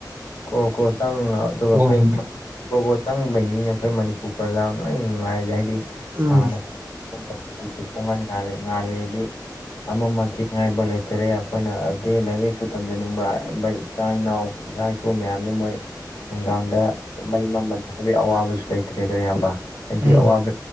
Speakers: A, on the left (about 75°); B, on the right (about 25°).
A: ꯀ꯭ꯔꯣ ꯀ꯭ꯔꯣ ꯆꯪ ꯑꯗꯨꯒ
B: ꯑꯣ
A: ꯑꯩꯈꯣꯏ
B: ꯍꯣꯏ
A: ꯄ꯭ꯔꯣꯒꯣ ꯆꯪꯉꯨꯕꯩꯅꯤꯅ ꯑꯩꯈꯣꯏ ꯃꯅꯤꯄꯨꯔ ꯄ꯭ꯔꯖꯥ ꯂꯣꯏ ꯅꯨꯡꯉꯥꯏꯔꯁꯦ ꯍꯥꯏꯗꯤ
B: ꯎꯝ
A: ꯍꯥꯟꯅ ꯁꯨꯝꯕ ꯑꯗꯨꯗꯤ ꯄꯨꯡꯍꯟꯥꯂꯦ ꯉꯥꯜꯂꯦꯗꯤ ꯑꯃ ꯑꯤ ꯉꯥꯏꯕ ꯂꯩꯇꯔꯦ ꯑꯩꯈꯣꯏꯅꯗꯤ ꯂꯥꯏꯔꯤꯛ ꯂꯥꯏꯁꯨ ꯇꯝꯖꯅꯤꯡꯕ ꯏꯆꯥ ꯏꯅꯥꯎ ꯏꯁꯥ ꯏ ꯁ ꯃꯌꯥꯝꯁꯦ ꯃꯣꯏ ꯅꯨꯡꯗꯥꯡꯗ ꯃꯩ ꯃꯃꯟ ꯍꯥꯏꯕꯒꯤ ꯑꯋꯥꯕꯁꯨ ꯂꯩꯇ꯭ꯔꯦ ꯑꯗꯣ ꯏꯕ ꯍꯥꯏꯗꯤ
B: ꯎꯝ
A: ꯑꯋꯥꯕ